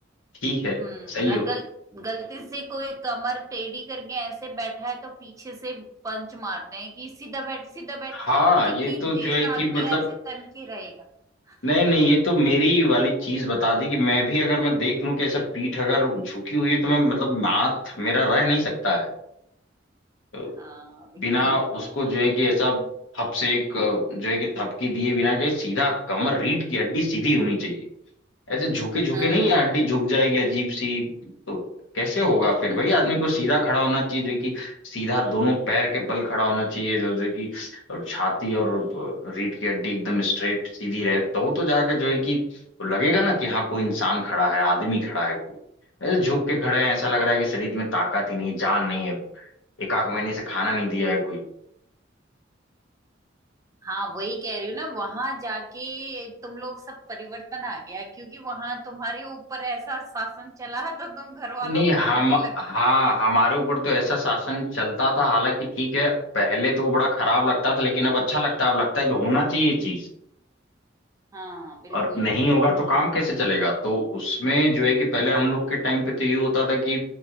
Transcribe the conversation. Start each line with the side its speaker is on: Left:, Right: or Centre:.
Left: ठीक है
Right: हम्म
Left: सही
Right: और
Left: हो
Right: गल, गलती से कोई कमर टेढ़ी करके ऐसे बैठा है तो पीछे से पंच मारते हैं कि सीधा बैठ सीधा बैठ
Left: हाँ
Right: अब कितनी
Left: ये तो
Right: देर
Left: जो है कि
Right: आदमी
Left: मतलब
Right: ऐसे तन के रहेगा
Left: नहीं नहीं ये
Right: <laughs>
Left: तो मेरी वाली चीज बता दी कि मैं भी अगर मैं देख लूं कि ऐसा पीठ अगर झुकी हुई है तो मैं मतलब हाथ मेरा रह नहीं सकता है तो
Right: हाँ बिल्कुल
Left: बिना उसको जो है कि ऐसा हप से एक जो है कि थपकी दिए बिना के सीधा कमर रीढ़ की हड्डी सीधी होनी चाहिए ऐसे झुके झुके
Right: हम्म
Left: नहीं है हड्डी झुक जाएगी अजीब सी तो कैसे होगा
Right: <laughs>
Left: फिर भाई आदमी को सीधा खड़ा होना चाहिए जो कि सीधा दोनों पैर के बल खड़ा होना चाहिए जो जो कि और छाती और रीढ़ की हड्डी एकदम स्ट्रेट सीधी रहे तो तो जाके जो है कि लगेगा ना कि हाँ कोई इंसान खड़ा है आदमी खड़ा है कोई ऐसे झुक के खड़े हैं ऐसा लग रहा है कि शरीर में ताकत ही नहीं जान नहीं है एक आध महीने से खाना नहीं दिया है कोई
Right: हाँ वही कह रही हूँ ना वहां जाके तुम लोग सब परिवर्तन आ गया क्योंकि वहां तुम्हारे ऊपर ऐसा शासन चला तो तुम घर वालों
Left: नहीं
Right: पे
Left: हम
Right: करने लग
Left: हाँ
Right: गए
Left: हमारे ऊपर तो ऐसा शासन चलता था हालांकि ठीक है पहले तो वो बड़ा खराब लगता था लेकिन अब अच्छा लगता है अब लगता है कि होना चाहिए चीज
Right: हाँ बिल्कुल
Left: और नहीं होगा तो काम कैसे चलेगा तो उसमें जो है कि पहले हम लोग के टाइम पे तो ये होता था कि